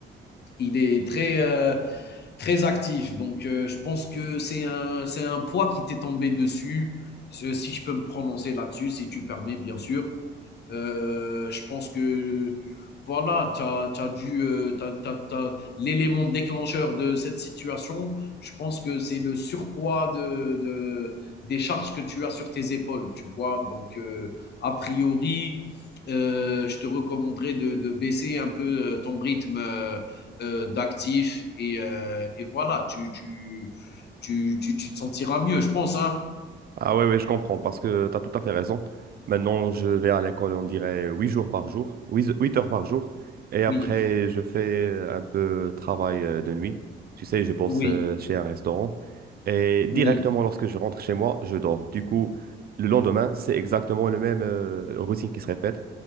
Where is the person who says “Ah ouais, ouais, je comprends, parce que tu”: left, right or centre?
Right